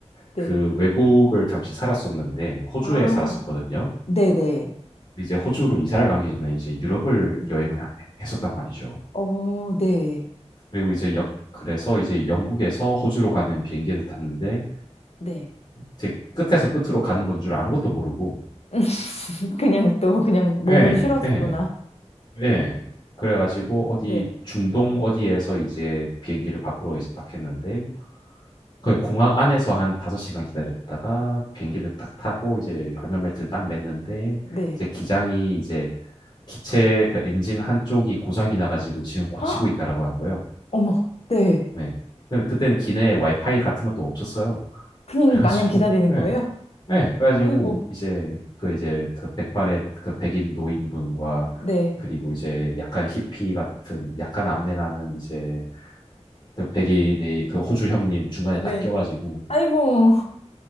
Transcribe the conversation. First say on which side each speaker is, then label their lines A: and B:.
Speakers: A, on the left; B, on the left.
A: 네.
B: 그 외국을 잠시 살았었는데 호주에
A: 아,
B: 살았었거든요.
A: 네네.
B: 이제 호주로 이사를 가기 전에 이제 유럽을 여행을 하- 했었단 말이죠.
A: 어, 네.
B: 그리고 이제 역 그래서 이제 영국에서 호주로 가는 비행기를 탔는데
A: 네.
B: 제 끝에서 끝으로 가는 건 줄 아무것도 모르고
A: <laughs> 그냥 또, 그냥 몸을
B: 예,
A: 실었구나.
B: 예, 예. 그래가지고 어디
A: 네.
B: 중동 어디에서 이제 비행기를 밖으로 이제 딱 했는데 그 공항 안에서 한 5시간 기다렸다가 비행기를 딱 타고 이제 안전벨트를 딱 맸는데
A: 네.
B: 이제 기장이 이제 기체 그 엔진 한쪽이 고장이 나가지고 지금 고치고
A: 헉!
B: 있다라고 하는 거예요.
A: 어머, 네.
B: 네. 근데 그때는 기내에 와이파이 같은 것도 없었어요.
A: 그냥
B: 그래가지고,
A: 마냥 기다리는
B: 네.
A: 거예요?
B: 네. 그래가지고
A: 아이고,
B: 이제 그 이제 그 백발의 그 백인 노인분과
A: 네.
B: 그리고 이제 약간 히피 같은 약간 암내 나는 이제 그 백인의 그 호주 형님 중간에
A: 네.
B: 딱 껴가지고
A: 아이고,